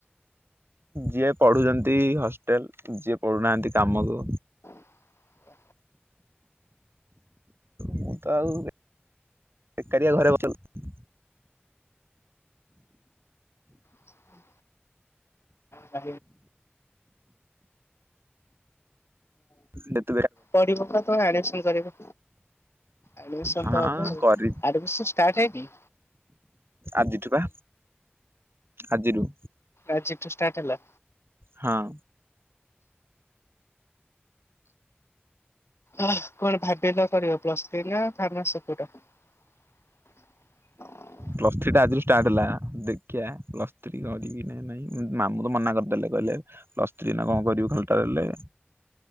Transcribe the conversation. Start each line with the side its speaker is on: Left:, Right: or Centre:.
Right: ଯିଏ ପଢୁଛନ୍ତି ହଷ୍ଟେଲରେ ଯିଏ ପଢୁନାହାନ୍ତି କାମକୁ
Left: ଓ
Right: ମୁଁ ତ ଆଉ ବେକାରିଆ ଘରେ ବସିଲ
Left: ହୁଁ ଆ
Right: ଦେ
Left: ପଢିବପରା ତମେ ଆଡମିସନ କରିବ। ଆଡ୍ମିସନ
Right: ହଁ
Left: ତ ହବ
Right: କରି
Left: ଆଡମିସନ ଷ୍ଟାଟ୍ ହେଇନି।
Right: ଆଜିଠୁ ବା ଆଜି ରୁ
Left: ଆଜିଠୁ ଷ୍ଟାର୍ଟ ହେଲା।
Right: ହଁ।
Left: ଅ କଣ ଭାବିଲ କରିବ ପ୍ଲସ୍ ଥ୍ରୀ ନା ଫାର୍ମାସୀ କୋଟା ହଁ
Right: ପ୍ଲସ୍ ଥ୍ରୀ ଟା ଆଜିଠୁ ଷ୍ଟାର୍ଟ ହେଲା ଦେଖିବା ପ୍ଲସ୍ ଥ୍ରୀି କରିବି ନା ନାଇଁ ମାମୁଁ ତ ମନା କରିଦେଲେ କହିଲେ ପ୍ଲସ୍ ଥ୍ରୀ ନା କଣ କରିବୁ ଖାଲଟା ହେଲେ